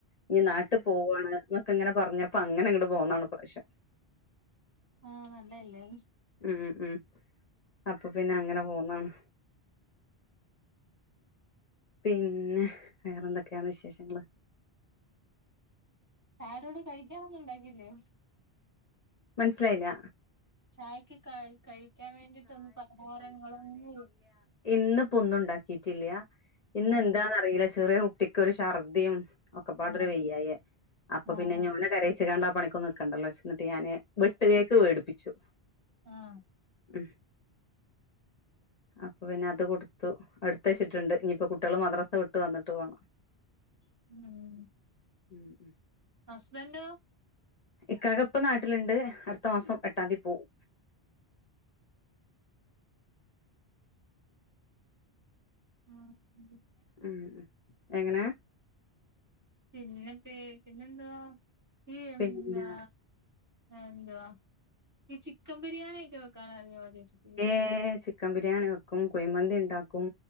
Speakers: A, on the left; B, on the right.
A: ഞ്ഞി നാട്ട് പോവാണ് ന്നൊക്കങ്ങനെ പറഞ്ഞപ്പ അങ്ങനെ ഇങ്ങട്ട് പോന്നതാണ് ഇപ്രാവശ്യം
B: <inaudible> ആഹ് നല്ലയല്ലേ
A: ഉം ഉം അപ്പൊ പിന്നെ അങ്ങനെ പോന്നാണ് പിന്നെ വേറെന്തക്കെയാണ് വിശേഷങ്ങള്
B: പാരോട് കഴിക്കാനൊന്നും ഉണ്ടാക്കില്ലേ
A: മനസ്സിലായില്ല
B: ചായക്ക് കഴ് കഴിക്കാൻ വേണ്ടിട്ടൊന്ന് പലഹാരങ്ങളൊന്നും
A: ഇന്ന് പ്പിനൊണ്ടാക്കിട്ടില്ല ഇന്ന്
B: ആഹ്
A: ന്താന്ന്റിയില്ല ചെറിയ കുട്ടിക്കൊ ഒരു ശർധിം ഒക്കെ പാടൊര്
B: ആഹ്
A: വെയ്യായ്യിയ അപ്പൊ
B: ആഹ്
A: പിന്നെ ഞോന കരയി ട്ട് കാണ്ടാ പണിക്കൊന്ന നി ക്കണ്ടല്ലോെചിട്ട് ന്നിട്ട് ഞാന് വെട്ട് കേക്ക് വേടിപ്പിച്ചു
B: ആഹ്
A: ഉം അപ്പൊ പിന്നെ അത് കൊടുത്തു അടുത്ത് വച്ചിട്ട്ണ്ട് ഇനിപ്പ കുട്ടികൾ മദ്രസ വിട്ട് വന്നിട്ട് വാണം <inaudible>
B: ഉം
A: ഉം ഉം
B: ഹസ്ബൻഡോ
A: ഇക്കാക്ക ഇപ്പ നാട്ടില്ണ്ട് അടുത്ത മാസം എട്ടാംതി പോവും
B: ഉം പിന്നെ
A: ഉം ഉം എങ്ങനെ
B: പിന്നെ പേ പിന്നെന്താ ഇ എന്താ
A: പിന്നെ
B: എന്തുവാ ഈ ചിക്കൻ ബിരിയാണിയക്കെ വെക്കാൻ അറിയോ ചേച്ചിക്ക്
A: ഏഹ് ചിക്കൻ ബിരിയാണി വെക്കും കുയ്മന്തി ണ്ടാക്കും